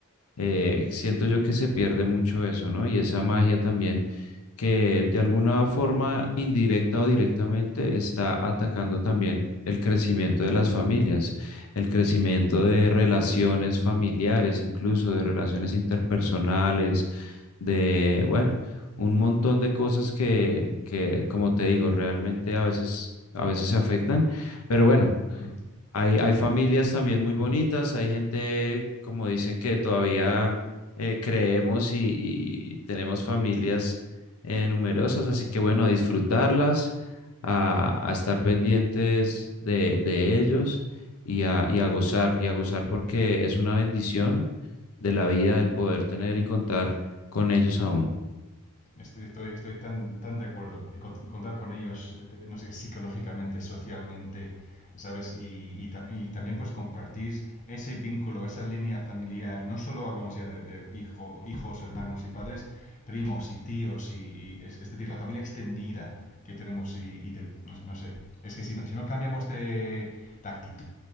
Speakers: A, on the left; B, on the left.
A: eh,
B: mm,
A: siento yo que se pierde mucho eso, ¿no? Y esa magia también que de alguna forma indirecta o directamente está atacando también el crecimiento de las familias el crecimiento
B: mm,
A: de relaciones familiares, incluso de relaciones interpersonales, de, bueno, un montón de cosas que, que, como te digo, realmente a veces, a veces se afectan, pero bueno.
B: mm,
A: Hay, hay familias también muy bonitas, hay gente, como dicen, que todavía eh, creemos y, y tenemos familias eh, numerosas,
B: mm,
A: así que bueno, a disfrutarlas, a,
B: mm,
A: a estar pendientes de, de ellos y a,
B: mm.
A: y a gozar, y a gozar porque es una bendición de la vida el poder tener y contar con ellos aún.
B: Estoy, estoy, estoy tan, tan de acuerdo. Y con- contar con ellos, eh, te- no sé, psicológicamente, socialmente, ¿sabes? Y, y tam- y también pues compartir ese vínculo, esa línea familiar. No solo hablamos ya de, de hijo, hijos, hermanos y padres, primos y tíos, y, y es, es decir, la familia extendida que tenemos y, y te- no, no sé. Es que si no, si no cambiamos de, de actitud,